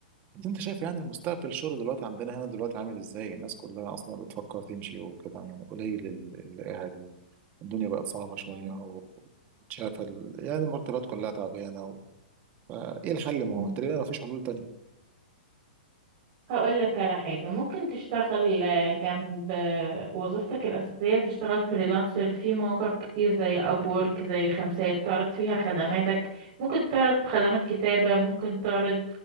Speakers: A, on the right; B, on the right.
A: انت شايف يعني المستقبل الشغل دلوقتي عندنا هنا دلوقتي عامل ازاي الناس كلها اصلا بتفكر تمشي وكده يعني قليل ال- اللي قاعد ال- الدنيا بقت صعبة شوية
B: مم.
A: وشايف ال... يعني المرتبات كلها تعبانة و... فايه الحل ما
B: مم.
A: هو تقريبا ما فيش حلول تانية
B: هقول لك على حاجة ممكن تشتغل آه، جنب آه، وظيفتك الأساسية تشتغل فريلانسر في مواقع كتير زي أبورك زي خمسات تعرض فيها خدماتك ممكن تعرض خدمات كتابة ممكن تعرض